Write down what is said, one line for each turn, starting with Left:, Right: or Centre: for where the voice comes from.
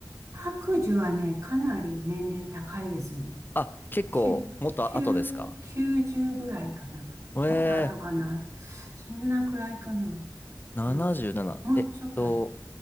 Right: 白寿はね、かなり年齢高いですね。
Left: あ、結構、
Right: 9、
Left: もっと後ですか
Right: 9、90ぐらいかな。
Left: え
Right: もっと後かな。そんなくらいかな。
Left: ー、77。
Right: うん、もうちょっと後、
Left: えっと、